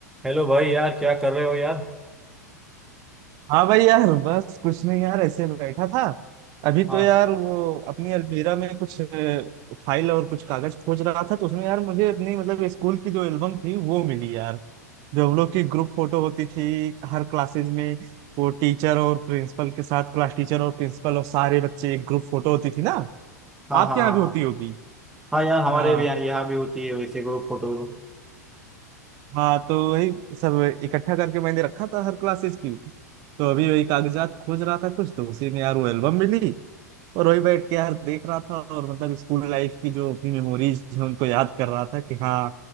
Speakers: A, in the centre; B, on the right (about 40°).
A: हेलो भाई यार क्या कर रहे हो यार
B: हाँ भाई यार बस कुछ नहीं यार ऐसे बैठा था अभी
A: हाँ
B: तो यार वो अपनी अलमीरा में कुछ अ, फाइल और कुछ कागज खोज रहा था तो उसमें यार मुझे अपनी मतलब स्कूल की जो एल्बम थी वो मिली यार जो हम लोग की ग्रुप फोटो होती थी हर क्लासेज में वो टीचर और प्रिंसिपल के साथ क्लास टीचर और प्रिंसिपल और सारे बच्चे एक ग्रुप फोटो होती थी ना
A: हाँ
B: आपके
A: हाँ
B: यहाँ
A: हाँ
B: भी
A: हाँ
B: होती होगी
A: हाँ यार हमारे
B: हाँ
A: भी यहाँ यहाँ भी होती है वैसे ग्रुप फोटो
B: हाँ तो वही सब इकट्ठा करके मैंने रखा था हर क्लासेज की तो अभी वही कागजात खोज रहा था कुछ तो उसी में यार वो एल्बम मिली और वही बैठ के यार देख रहा था और मतलब स्कूल लाइफ की जो अपनी मेमोरीज हैं उनको याद कर रहा था कि हाँ